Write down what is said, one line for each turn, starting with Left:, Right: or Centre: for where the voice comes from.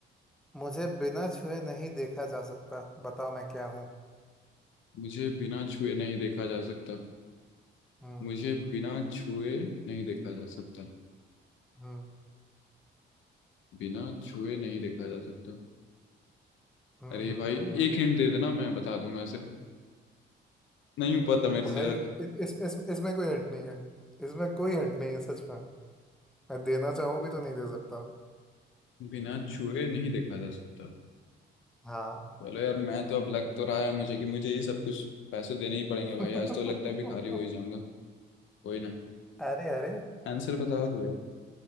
Centre: मुझे बिना छुए नहीं देखा जा सकता बताओ मैं क्या हूँ
Left: मुझे बिना छुए नहीं देखा जा सकता
Centre: हम्म
Left: मुझे बिना छुए नहीं देखा जा सकता
Centre: हम्म
Left: बिना छुए नहीं देखा जा सकता
Centre: हम्म
Left: अरे
Centre: हम्म
Left: भाई
Centre: हम्म
Left: एक हिंट दे देना मैं बता दूंगा इसे नहीं पता मेरे
Centre: भाई
Left: से यार
Centre: इस, इस, इसमें कोई हट नहीं है इसमें कोई हट नहीं है सच में मैं देना चाहूं भी तो नहीं दे सकता
Left: बिना छुए नहीं देखा जा सकता
Centre: हाँ
Left: चलो यार मैं तो अब लग तो रहा है मुझे कि मुझे ये सब कुछ पैसे देने ही पड़ेंगे
Centre: <laughs>
Left: भाई आज तो लगता है भिखारी हो ही जाऊंगा कोई ना
Centre: अरे अरे
Left: आंसर बता दो यार